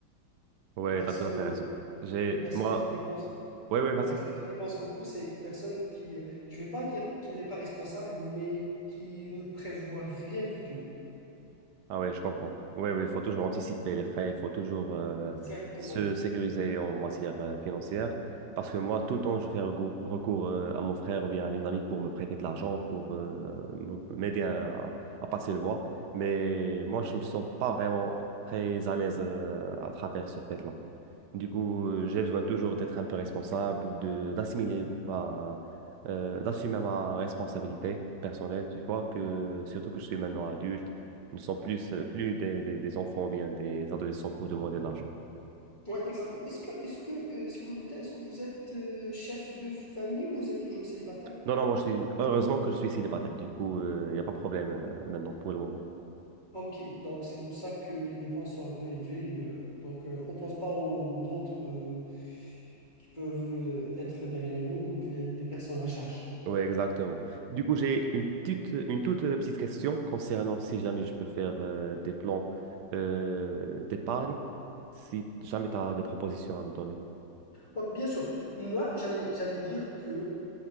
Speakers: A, on the right; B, on the left.
A: Ouais,
B: Une personne,
A: t'as tout à fait raison. J'ai,
B: une personne
A: moi,
B: qui dépense,
A: ouais, ouais, vas-y.
B: une personne qui dépense beaucoup, c'est une personne qui, euh, je vais pas dire qu'il n'est pas responsable, mais qui ne prévoit rien du tout.
A: Ah ouais, je comprends. Oui, oui, il faut toujours anticiper les frais, il faut toujours euh,
B: Exactement.
A: se sécuriser
B: Ex-
A: en matière euh, financière. Parce que moi, tout le temps, je fais recours, recours, euh, à mon frère ou bien à mes amis pour me prêter de l'argent, pour euh, me- m'aider à, à passer le mois. Mais moi, je ne me sens pas vraiment très à l'aise euh, à travers ce fait-là. Du coup, euh, j'ai besoin toujours d'être un peu responsable, de d'assimiler ma euh, d'assumer ma responsabilité personnelle. Tu vois que surtout que je suis maintenant adulte, nous ne sommes plus euh, plus des, des, des enfants ou bien des adolescents pour demander de l'argent.
B: Ouais, exactement. Est-ce que, est-ce que, euh, si vous me permettez, est-ce que vous êtes euh, chef de famille ou vous êtes toujours célibataire?
A: Non, non, moi je suis heureusement que je suis célibataire. Du coup, il n'y a pas de problème euh, maintenant pour le moment.
B: Ah, Ok, donc c'est pour ça que les dépenses sont un peu élevées. euh, donc euh, on pense pas aux d'autres euh, qui peuvent euh, être derrière nous, les- des personnes à charge.
A: Oui, exactement. Du coup, j'ai une petite une toute euh, petite question concernant si jamais je peux faire euh, des plans euh, d'épargne, si jamais tu as des propositions à me donner.
B: Bon, bien sûr, moi j'allais j'allais dire que